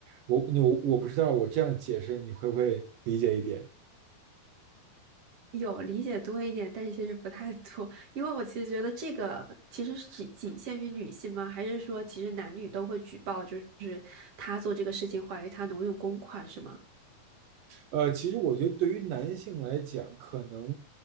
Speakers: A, on the right (about 75°); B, on the right (about 45°).
A: 我我我不知道我这样解释你会不会理解一点？
B: 有理解多一点，但是其实不太多，因为我其实觉得这个其实是仅仅限于女性吗？还是说其实男女都会举报，就是他做这个事情怀疑他挪用公款是吗？
A: 呃，其实我觉得对于男性来讲，可能，